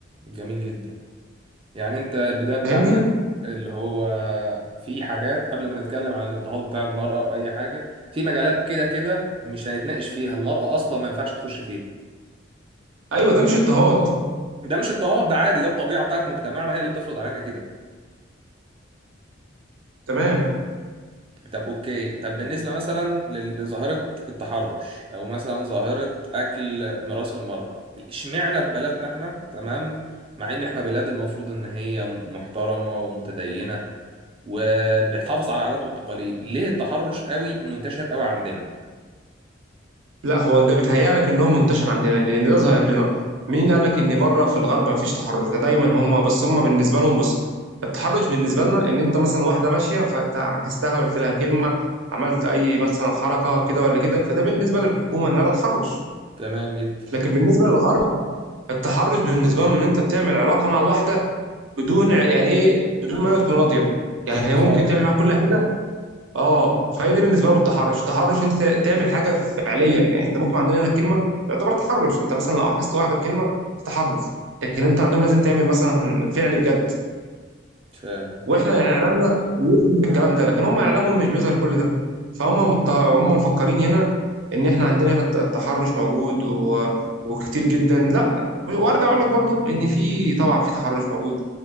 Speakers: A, on the right (about 30°); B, on the right (about 75°).
A: جميل جدا يعني انت البداية بتاعتك
B: فاهمني
A: اللي هو في حاجات قبل ما نتكلم عن الاضطهاد بتاع المرأة او اي حاجة في مجالات كده كده مش هنتناقش فيها المرأة اصلا ما ينفعش تخش فيها
B: ايوه ده مش اضطهاد
A: ده مش اضطهاد ده عادي ده الطبيعة بتاعت مجتمعنا هي اللي بتفرض علينا كده
B: تمام
A: طب اوكي طب بالنسبة مثلا لل- لظاهرة التحرش او مثلا ظاهرة اكل ميراث المرأة اشمعنى في بلدنا احنا تمام مع ان احنا بلاد المفروض ان هي محترمة ومتدينة وبنحافظ على العادات والتقاليد ليه التحرش قوي منتشر قوي عندنا
B: لا هو انت بيتهيألك ان هو منتشر عندنا لان ده ظاهر لنا مين قال لك ان بره في الغرب مفيش تحرش ده دايما هم بس هم بالنسبه لهم بص التحرش بالنسبه لنا ان انت مثلا واحده ماشيه فانت عكستها قلت لها كلمه عملت اي مثلا حركه كده ولا كده فده بالنسبه للحكومه ان ده تحرش
A: تمام جدا
B: لكن بالنسبه للغرب التحرش بالنسبه لهم ان انت بتعمل علاقه مع الواحده بدون يعني ايه بدون ما هي تكون راضيه يعني
A: اغتصاب
B: هي ممكن
A: يعني
B: تعمل معاك كل حاجه اه فهي دي بالنسبه لهم التحرش التحرش انت تعمل حاجه فعليه يعني انت ممكن عندنا هنا الكلمه تعتبر تحرش انت مثلا لو عكست واحده بكلمه تحرش لكن انت عندهم لازم تعمل مثلا فعل بجد
A: فعلا
B: واحنا
A: فعلا
B: يعني اعلامنا بيظهر الكلام ده لكن هم اعلامهم مش بيظهر كل ده فهم مت... هم مفكرين هنا ان احنا عندنا هنا الت- التحرش موجود و... وكتير جدا لا وارجع اقول لك برضو ان في طبعا في تحرش موجود